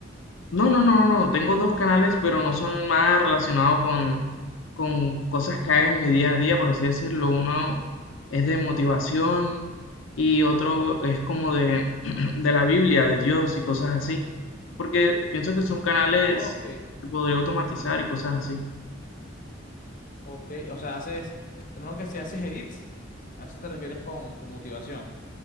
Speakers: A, on the left (about 80°); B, on the left (about 45°).
A: No, no, no, no, no. Tengo dos canales, pero no son nada relacionados con, con cosas que haga en mi día a día, por así decirlo. Uno es de motivación y otro es como de, <clears throat> de la Biblia, de Dios y cosas así. Porque pienso que son canales
B: Ok.
A: que podría automatizar y cosas así.
B: Ok, o sea, haces, en uno que si haces edits, a eso te refieres con, con motivación.